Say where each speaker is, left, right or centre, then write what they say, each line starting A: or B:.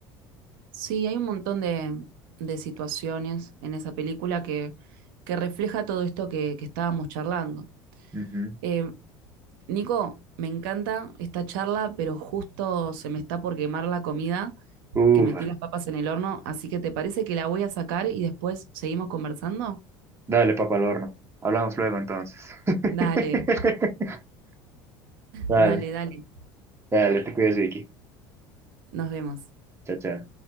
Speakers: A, on the right; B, on the right.
A: Sí, hay un montón de, de situaciones en esa película que, que refleja todo esto que, que estábamos charlando.
B: Ujú.
A: Eh, Nico, me encanta esta charla, pero justo se me está por quemar la comida,
B: Ufa.
A: que metí las papas en el horno, así que ¿te parece que la voy a sacar y después seguimos conversando?
B: Dale, papá, al horno. Hablamos luego entonces. <laughs>
A: Dale,
B: Dale,
A: dale, dale.
B: dale, te cuidas, Vicky.
A: Nos vemos.
B: Chao, chao.